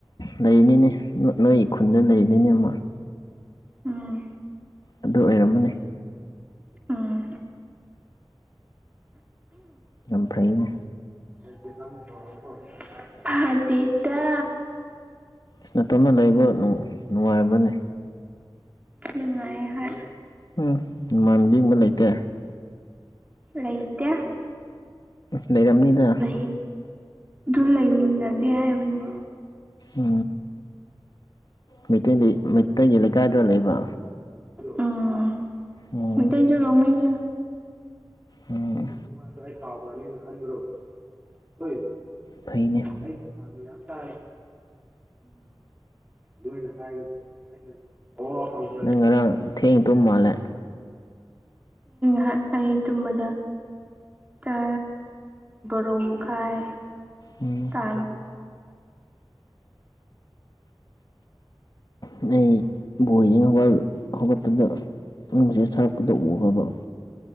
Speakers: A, on the left (about 55°); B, on the right (about 15°).
A: ꯅꯩꯅꯤꯅꯦ ꯅꯣꯏ ꯅꯣꯏ ꯈꯨꯟꯗ ꯅꯩꯅꯤꯅꯦ ꯃꯣꯏ
B: ꯎꯝ
A: ꯑꯗꯨ ꯑꯣꯏꯔꯝꯃꯅꯤ
B: ꯎꯝ
A: ꯌꯥꯝ ꯐꯩꯅꯦ
B: ꯎ ꯐꯖꯤꯇꯥ
A: ꯇꯁꯅ ꯇꯞꯅ ꯂꯩꯕ ꯅꯨꯡꯉꯥꯏꯕꯅꯤ
B: ꯂꯅꯨꯡꯉꯥꯏ ꯍ
A: ꯎꯝ ꯏꯃꯥꯟꯕꯤꯕ ꯂꯩꯇꯦ
B: ꯂ꯭ꯂꯩꯇ
A: ꯂꯩꯔꯝꯅꯤꯗꯅ
B: ꯅꯤ ꯑꯗꯨ ꯂꯩꯃꯤꯟꯅꯗꯦ ꯍꯥꯏꯕꯅꯤ
A: ꯎ ꯃꯩꯇꯩ ꯃꯩꯇꯩꯒꯤ ꯂꯩꯀꯥꯏꯗꯨꯗ ꯂꯩꯕ
B: ꯎꯝ
A: ꯑꯣ
B: ꯃꯩꯇꯩꯁꯨ ꯔꯣꯡꯃꯩꯁꯨ
A: ꯎꯝ
B: ꯑꯗꯨꯒꯨꯝꯕꯉꯗꯣ ꯑꯩ ꯀꯥꯕ꯭ꯔꯅꯤꯅ ꯈꯟꯕ꯭ꯔꯣ ꯍꯣꯏ
A: ꯐꯩꯅꯦ
B: ꯑꯩꯁꯥꯃꯤ ꯌꯥꯝ ꯇꯥꯏ ꯂꯣꯏꯅ ꯍꯥꯏꯔ ꯑꯩꯅ ꯑꯣ
A: ꯅꯪ ꯉꯔꯥꯡ ꯊꯦꯡ ꯇꯨꯝ ꯃꯥꯜꯂꯦ
B: ꯍ ꯑꯩ ꯇꯨꯝꯕꯗ ꯇꯥ ꯔꯨꯝꯈꯥꯏ
A: ꯎꯝ
B: ꯇ
A: ꯎꯝ ꯑꯩ ꯕꯣꯏꯒꯤꯅꯧꯕꯥꯜ ꯍꯧꯒꯠꯄꯗꯁꯦ ꯊꯔꯛꯄꯗ ꯎꯕ